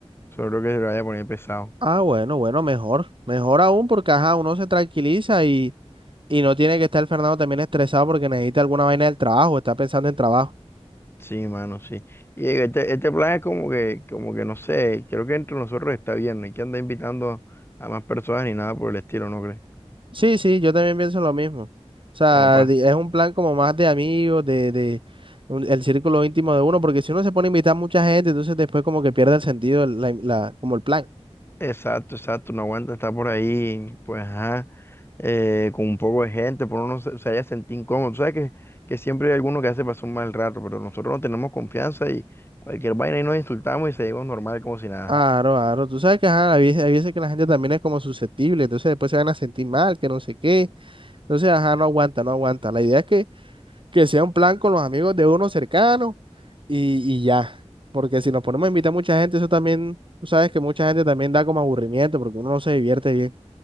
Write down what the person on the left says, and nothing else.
Solo creo que se lo vaya a poner pesado.
Sí, mano, sí. Y este, este plan es como que, como que no sé, creo que entre nosotros está bien, no hay que andar invitando a más personas ni nada por el estilo, ¿no crees?
Como pa.
Exacto, exacto, no aguanta estar por ahí, pues ajá. eh, con un poco de gente, por uno no se, se haya sentido incómodo. Tú sabes que, que siempre hay alguno que hace pasar un mal rato, pero nosotros no tenemos confianza y cualquier vaina y nos insultamos y seguimos normal como si nada.